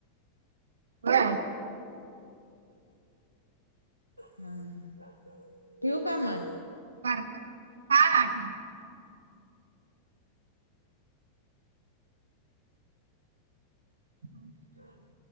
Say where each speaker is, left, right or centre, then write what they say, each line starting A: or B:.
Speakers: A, on the right; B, on the right.
A: हा.
B: हम ह ठेऊ का म?
A: बारकं, हा आठ नऊ. <inaudible>
B: ह ना.